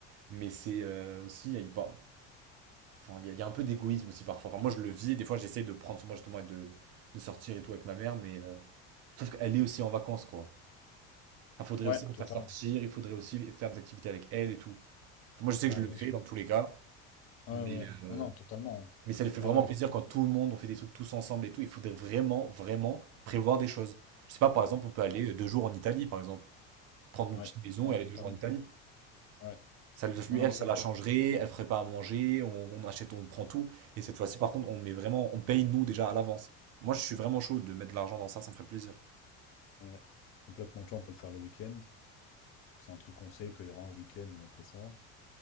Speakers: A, on the right (about 50°); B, on the left (about 45°).
A: mais c'est euh, aussi, il y a, il par- enfin, il y a, il y a un peu d'égoïsme aussi parfois. Enfin, moi je le vis, des fois j'essaye de prendre soin de moi justement et de, de sortir et tout avec ma mère, mais euh, je trouve qu'elle est aussi en vacances quoi. il faudrait
B: Ouais,
A: aussi la
B: totalement.
A: faire sortir, il faudrait aussi faire des activités avec elle et tout. Enfin, moi je sais
B: Bah,
A: que je le
B: bien
A: fais
B: sûr.
A: dans tous les cas,
B: Ouais,
A: mais,
B: ouais.
A: euh,
B: Non, non, totalement.
A: mais ça lui fait vraiment
B: Ouais, ouais.
A: plaisir quand tout le monde, on fait des trucs tous ensemble et tout, il faudrait vraiment, vraiment prévoir des choses. Je sais pas, par exemple, on peut aller euh, deux jours en Italie par exemple. prendre une
B: Ouais.
A: petite maison
B: Non,
A: et aller
B: totalement.
A: deux jours en Italie.
B: Ouais.
A: Ça, lui,
B: Non, non,
A: elle,
B: ça,
A: ça la
B: je
A: changerait,
B: crois.
A: elle ferait pas à manger, on, on achète, on prend tout. Et cette fois-ci, par contre, on met vraiment, on paye nous déjà à l'avance. Moi, je suis vraiment chaud de mettre de l'argent dans ça, ça me ferait plaisir.
B: Ouais. Complètement. Tu vois, on peut le faire le week-end. C'est un truc qu'on sait qu'il y aura un week-end où on fait ça.